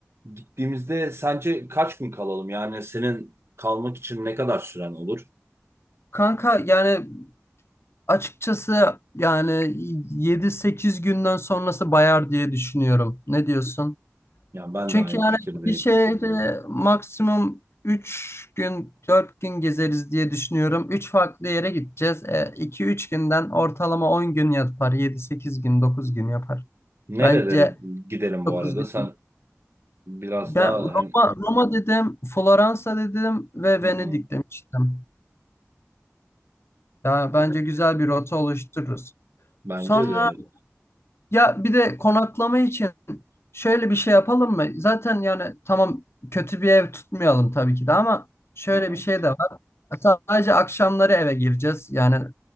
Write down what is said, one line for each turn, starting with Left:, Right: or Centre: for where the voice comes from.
Right: gittiğimizde sence kaç gün kalalım? Yani senin kalmak için ne kadar süren olur?
Left: Kanka yani açıkçası yani yedi sekiz günden sonrası bayar diye düşünüyorum. Ne diyorsun?
Right: Yani ben
Left: Çünkü
Right: de aynı
Left: yani
Right: fikirdeyim.
Left: bir şehri maksimum 3 gün 4 gün gezeriz diye düşünüyorum. 3 farklı yere gideceğiz. 2 üç günden ortalama 10 gün yapar. yedi sekiz gün 9 gün yapar.
Right: Nerelere
Left: Bence
Right: gidelim bu
Left: 9
Right: arada?
Left: gün.
Right: Sen biraz
Left: Ben
Right: daha
Left: Roma,
Right: hani
Left: Roma dedim, Floransa dedim ve
Right: hı
Left: Venedik
Right: hı,
Left: demiştim. Yani bence güzel bir rota oluştururuz.
Right: bence
Left: Sonra
Right: de
Left: ya bir de konaklama için şöyle bir şey yapalım mı? Zaten yani tamam kötü bir ev tutmayalım tabii ki de ama şöyle
Right: hı hı.
Left: bir şey de var. Sadece akşamları eve gireceğiz. Yani